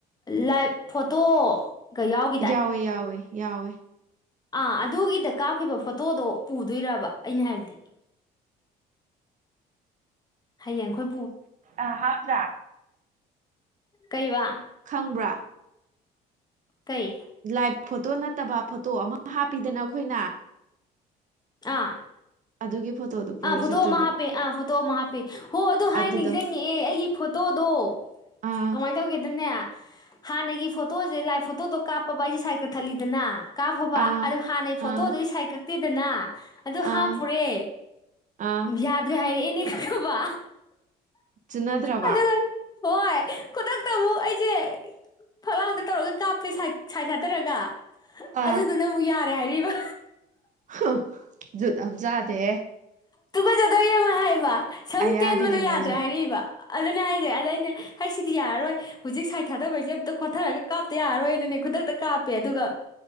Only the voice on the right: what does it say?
ꯌꯥꯎꯋꯦ ꯌꯥꯎꯋꯦ ꯌꯥꯎꯋꯦ
ꯨ ꯍꯥꯞꯄ꯭ꯔꯥ
ꯈꯪꯕ꯭ꯔꯥ
ꯂꯥꯏꯚ ꯐꯣꯇꯣ ꯅꯠꯇꯕ ꯐꯣꯇꯣ ꯑꯃ ꯍꯥꯞꯄꯤꯗꯅ ꯑꯩꯈꯣꯏꯅ
ꯑꯗꯨꯒꯤ ꯐꯣꯇꯣꯗꯣ ꯄꯨꯔ
ꯆꯠꯇꯣꯏꯕ
ꯑꯗꯨꯗꯣ
ꯑꯥ
ꯑꯥ
ꯑꯥ
ꯑꯥ ꯑꯥ
ꯆꯨꯅꯗ꯭ꯔꯕ
ꯑꯥ
ꯍꯨꯡ ꯖꯨꯠ ꯑꯝ ꯆꯥꯗꯦꯌꯦ
ꯑꯌꯥꯕꯤꯅꯦ
ꯃꯣꯏꯁꯨ